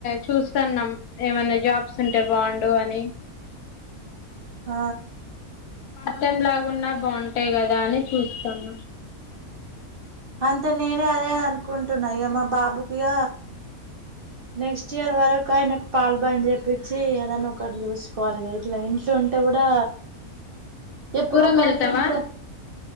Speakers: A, on the left (about 90°); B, on the right (about 50°).
A: చూస్తుాన్నాం ఏమైన్నా జాబ్స్ ఉంటే బాగుండు అని
B: ఆ
A: పతం లాగున్నా బాగుంటాయి కదా అని చూస్తున్న
B: అంతే నేను అదే అనుకుంటున్నా ఇక మా బాబు ఇగ నెక్స్ట్ ఇయర్ వరకు ఆయనకు పాల్ బాన్ చెప్పచ్చి, ఏదనా ఒకటి చూసుకోవాలిగా ఇట్లా ఇంట్లో ఉంటే కూడా ఎప్పుడు
A: దూరం
B: పని
A: వెళ్తావా
B: ఇంట్లో